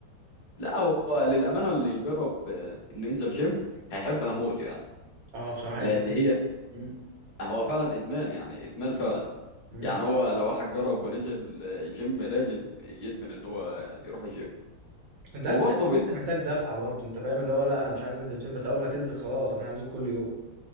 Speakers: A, on the left; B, on the right.
A: لا هو للامانه اللي يجرب آه، انه ينزل جيم هيحبها موت يعني
B: اه بصراحه
A: لان
B: ادمان
A: هي
B: مم.
A: هو فعلا ادمان يعني ادمان فعلا
B: مم.
A: يعني هو لو واحد جرب ونزل آه، جيم لازم يدمن ان هو يروح الجيم
B: انت
A: وبرضه
B: عارف بتحس
A: بت...
B: ان انت محتاج دفعه برضه انت فاهم اللي هو لا انا مش عايز انزل الجيم بس اول ما تنزل خلاص انا هنزل كل يوم